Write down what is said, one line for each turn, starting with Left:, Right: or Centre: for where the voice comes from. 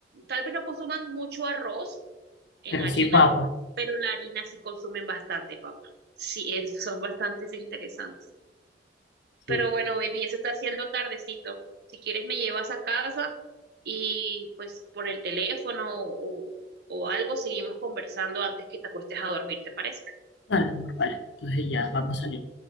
Right: tal vez no consuman mucho arroz en
Left: Pero
Right: harina,
Left: sí, papa.
Right: pero la harina sí consumen bastante, papá. Sí, es- son bastantes interesantes.
Left: ¿Qué?
Right: Pero bueno, baby, ya se está haciendo tardecito. Si quieres me llevas a casa y pues por el teléfono o, o algo seguimos conversando antes que te acuestes a dormir, ¿te parece?
Left: Dale, amor, vale. Entonces ya vamos a salir.